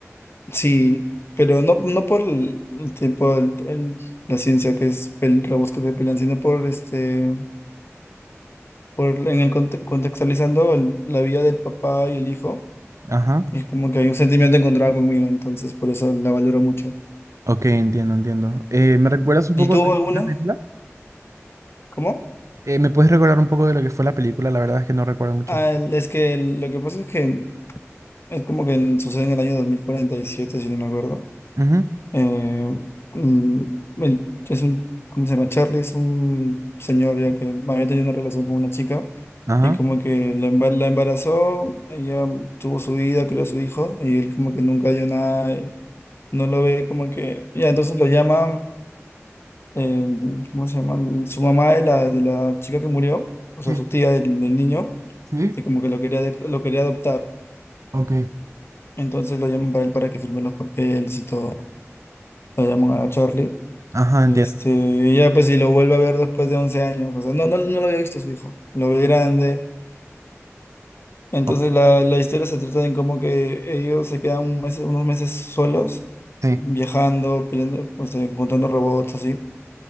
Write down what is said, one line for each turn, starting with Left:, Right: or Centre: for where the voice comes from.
Left: Sí, pero no, no por el, el tipo, el- el- la ciencia que es el robots que se pelean, sino por este por, en el conte- contextualizando el- la vida del papá y el hijo,
Right: Ajá.
Left: es como que hay un sentimiento encontrado conmigo, entonces por eso la valoro mucho.
Right: Ok, entiendo, entiendo. Eh, ¿me recuerdas un poco
Left: ¿Y tú
Right: de
Left: alguna?
Right: la película?
Left: ¿Cómo?
Right: Eh, ¿me puedes recordar un poco de lo que fue la película? La verdad es que no recuerdo mucho.
Left: Ah, el- es que el- lo que pasa es que es como que en- sucede en el año 2047 si no me acuerdo.
Right: Ujú,
Left: Eh, mm, el- es un, ¿cómo se llama? Charlie es un señor ya que había tenido una relación con una chica.
Right: Ajá.
Left: Y como que la embar- la embarazó, ella tuvo su vida, crió a su hijo, y él como que nunca dio nada, no lo ve como que, ya, entonces lo llama, eh, ¿cómo se llama? El- Su mamá de la, de la chica que murió, o sea,
Right: Sí,
Left: su tía del, del niño,
Right: sí,
Left: que como que lo quería, de- lo quería adoptar,
Right: ok.
Left: entonces lo llaman para él para que firme los papeles y todo, lo llaman a la Charlie,
Right: Ajá, entiendo.
Left: y este, y ya pues si lo vuelve a ver después de 11 años, o sea, no, no, no lo había visto a su hijo, lo ve grande, entonces
Right: Oh,
Left: la, la historia se trata de cómo que ellos se quedan un mes- unos meses solos,
Right: Sí,
Left: viajando, peleando, pues, encontrando robots, así.